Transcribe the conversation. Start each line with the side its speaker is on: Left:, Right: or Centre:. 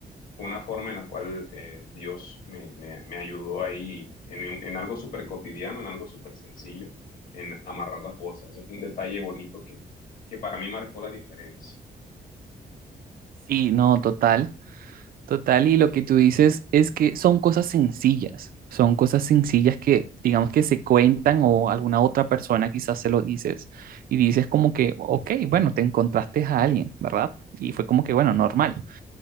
Left: fue una forma en la cual eh, Dios me, me- me ayudó ahí en, un- en algo súper cotidiano, en algo súper sencillo, en amarrar las bolsas. Ese fue un detalle bonito que, que para mí marcó la diferencia.
Right: Sí, no, total, total. Y lo que tú dices es que son cosas sencillas, son cosas sencillas que digamos que se cuentan o alguna otra persona quizás se lo dices y dices como que, ok, bueno, te encontraste a alguien, ¿verdad? Y fue como que, bueno, normal.